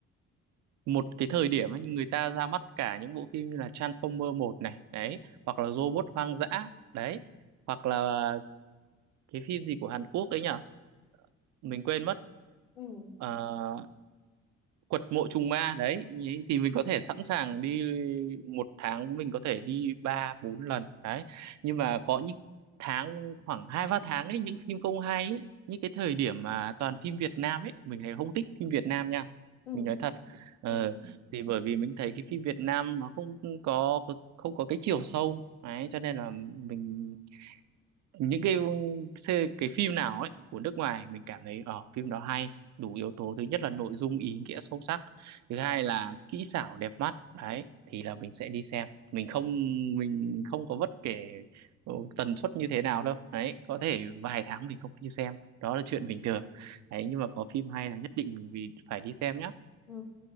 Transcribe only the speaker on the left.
ừ
ừ
ừ
ừ